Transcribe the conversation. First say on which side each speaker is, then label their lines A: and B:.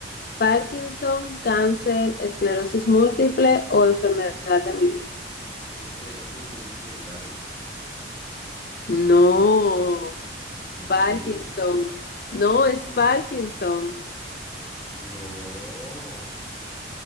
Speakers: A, on the left (about 50°); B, on the left (about 20°).
A: ¿Parkinson, cáncer, esclerosis múltiple o enfermedad de Meniere?
B: Esclerosis múltiple, claro.
A: No,
B: Sí.
A: Parkinson, no es
B: No.
A: Parkinson.
B: No.